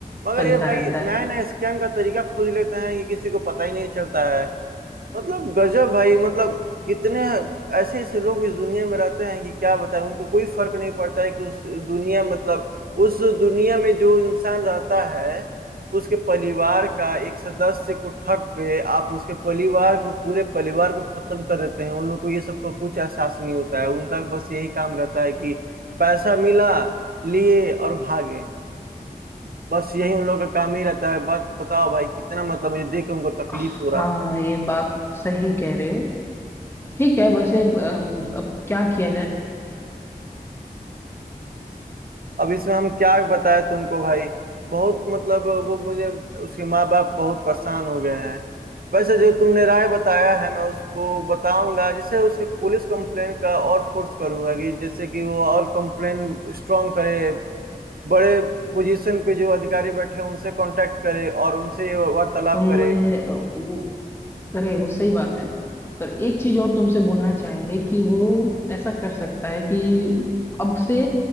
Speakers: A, on the right (about 75°); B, on the left (about 15°).
A: मगर
B: चलता
A: ये भाई
B: रहता है
A: नया नया स्कैम का तरीका खोज लेते हैं ये किसी को पता ही नहीं चलता है मतलब गजब भाई मतलब इतने ऐसे ऐसे लोग इस दुनिया में रहते हैं कि क्या बताएं उनको कोई फर्क नहीं पड़ता है कि उस दुनिया मतलब उस दुनिया में जो इंसान रहता है उसके परिवार का एक सदस्य को ठग के आप उसके परिवार को पूरे परिवार को खत्म कर देते हैं उन लोग को ये सब का कुछ एहसास नहीं होता है उनका बस यही काम रहता है कि पैसा मिला लिए और भागे बस यही उन लोगों का काम ही रहता है बात बताओ भाई कितना मतलब मुझे देख के उनको तकलीफ
B: हाँ
A: हो रहा था
B: ये बात सही कह रहे हो ठीक है वैसे अम, अब क्या किया जाए
A: अब इसमें हम क्या बताएं तुमको भाई बहुत मतलब वो मुझे उसके माँ बाप बहुत परेशान हो गए हैं वैसे जो तुमने राय बताया है मैं उसको बताऊंगा जैसे उसके पुलिस कंप्लेन का और फोर्स करूंगा कि जैसे कि वो और कंप्लेन स्ट्रांग करे बड़े पोजीशन पे जो अधिकारी बैठे हैं उनसे कांटेक्ट करे और उनसे ये वार्तालाप
B: तुम
A: करे
B: अ, वो करे वो सही बात है पर एक चीज और तुमसे बोलना चाहेंगे कि वो ऐसा कर सकता है कि अब से